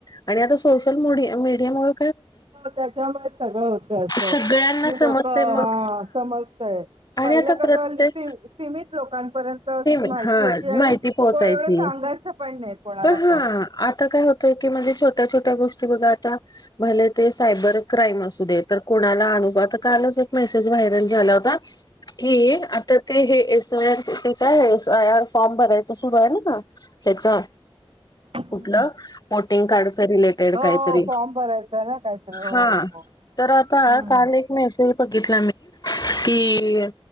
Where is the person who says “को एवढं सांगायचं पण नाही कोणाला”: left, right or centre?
Right